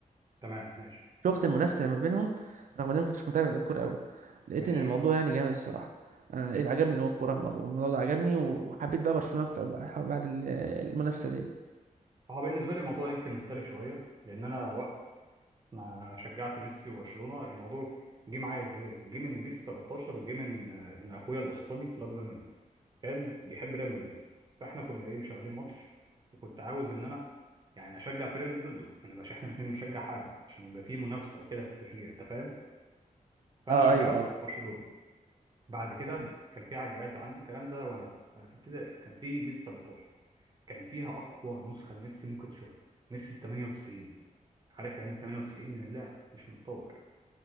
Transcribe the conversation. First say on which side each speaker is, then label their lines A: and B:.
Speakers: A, on the right; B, on the right.
A: تمام ماشي
B: شفت المنافسه ما بينهم رغم ان انا ما كنتش متابع للكوره قوي لقيت
A: ماشي
B: ان الموضوع يعني جامد الصراحه انا لقيت عجبني قوي الكوره الموضوع الموضوع ده عجبني وحبيت بقى برشلونه اكتر بقى بعد ال- المنافسه دي
A: هو بالنسبه لي الموضوع يمكن مختلف شويه لان انا وقت ما شجعت ميسي وبرشلونه الموضوع جه معايا ازاي؟ جه من بيس 13 وجه من آه، من اخويا الوسطاني الاكبر مني كان بيحب ريال مدريد فاحنا كنا ايه مشغلين ماتش وكنت عاوز ان انا يعني اشجع فريق اللي ضده ما نبقاش احنا الاثنين بنشجع حاجه عشان يبقى في منافسه وكده في التشجيع انت فاهم فانا
B: اه
A: شجعت
B: ايوه اه
A: برشلونه بعد كده
B: مم.
A: كان في على الجهاز عندي الكلام ده وانا في في ابتدائي كان في بيس 13 كان فيها اقوى نسخه لميسي ممكن تشوفها ميسي ال 98 عارف يعني ال 98 من اللعبه مش متطور